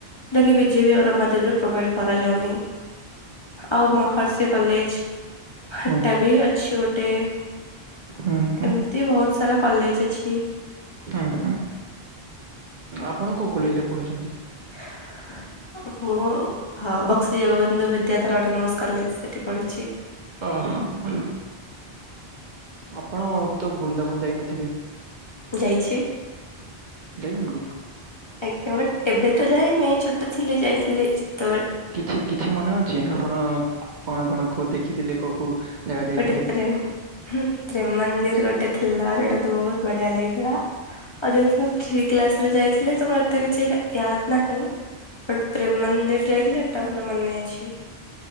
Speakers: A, on the left (about 35°); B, on the right (about 50°).
A: ଯୋଉଟାକି ବିଜେପି ଆଉ ରମାଦେବୀରେ ପ୍ରୋଭାଇଡ଼ କରାଯାଉନି। ଆଉ ମହର୍ଷି କଲେଜ୍ ହେଟା
B: ହୁଁ
A: ବି ଅଛି ଗୋଟେ।
B: ହୁଁ ହୁଁ
A: ଏମତି ବହୁତ ସାରା କଲେଜ୍ ଅଛି।
B: ହୁଁ ହୁଁ। ଆପଣ କୋଉ କଲେଜରେ ପଢୁଛନ୍ତି?
A: <unintelligible> ମୁଁ ହଁ ବକ୍ସି ଜଗବନ୍ଧୁ ବିଦ୍ୟାଥର ଅଟୋନମୋସ୍ କଲେଜ୍ ସେଠି ପଢୁଚି।
B: ହଁ ହଁ। ଆପଣ ତ ବୃନ୍ଦାବନ ଯାଇନଥିବେ?
A: ଯାଇଛି।
B: ଯାଇଛନ୍ତି?
A: ଆଜ୍ଞ। ବଟ୍ ଏବେ ତ ଯାଇନି। ଛୋଟ ଥିଲେ ଯାଇଥିଲି। ଯେତେବେଳେ
B: କିଛି, କିଛି ମନେ ଅଛି? ଆପଣ କଣ, କଣ କଉ ଦେଖିଥିଲେ କୋଉ କୋଉ? ଜାଗା ଯାଇଥିଲେ
A: ଗୋଟେ ପ୍ରେମ୍ ପ୍ରେମ ମନ୍ଦିର ଗୋଟେ ଥିଲା ଯୋଉଟା ତ ବହୁତ୍ ବଢିଆ ଲାଗିଥିଲା। ଆଉ ଯେହେତୁ ମୁଁ ଥ୍ରୀ କ୍ଲାସ ରେ ଯାଇଥିଲି ତ ମତେ କିଛି ୟାଦ୍ ନାହିଁ। ବଟ୍ ପ୍ରେମ୍ ମନ୍ଦିର ଯାଇଥିଲି ଏଟା ମୋର ମନେ ଅଛି।